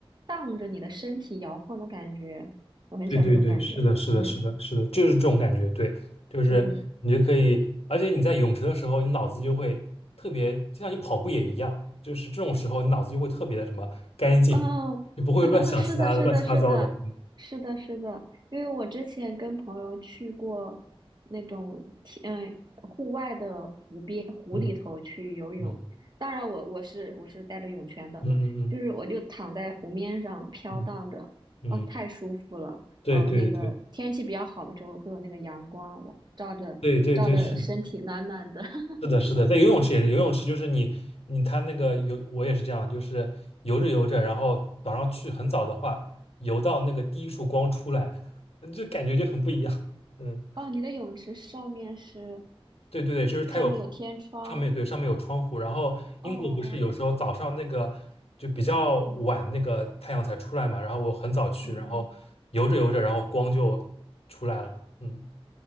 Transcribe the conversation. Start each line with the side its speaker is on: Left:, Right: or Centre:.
Right: 荡着你的身体摇晃的感觉，我很喜欢这种感觉。
Left: 对对对，是的，是的，
Right: 嗯
Left: 是的，是的，就是这种感觉。对，就是你就可以，
Right: 嗯。
Left: 而且你在泳池的时候，你脑子就会特别，就像你跑步也一样，就是这种时候，你脑子就会特别的什么干净，
Right: 哦，
Left: 就不会乱想其他的乱七八糟的。
Right: 啊啊，<laughs> 是的，是的，是的，是的，是的，因为我之前跟朋友去过那种天，嗯、户外的湖边湖里头去游泳，
Left: 嗯嗯
Right: 当然我我是我是带着泳圈的，
Left: 嗯嗯嗯
Right: 就是我就躺在湖面上飘荡着，
Left: 嗯嗯，
Right: 啊，太舒服了。
Left: 嗯对对对
Right: 然后那个天气比较好的时候会有那个阳光，我照着照着身体暖暖的。
Left: 对对对，是的。
Right: <laughs>
Left: 是的，是的，在游泳池也是，游泳池就是你你他那个游，我也是这样，就是游着游着，然后早上去很早的话，游到那个第一束光出来，<laughs> 就感觉就很不一样。嗯，
Right: 哦，你的泳池上面是
Left: 对对对，就是它有
Right: 上面有天窗。
Left: 上面对上面有窗户，然后英国不是有时候早上那个就比较晚那个太阳才出来嘛，
Right: 哦哦哦。嗯
Left: 然后我很早去，
Right: 嗯，
Left: 然后游着游着，然后光就出来了。嗯，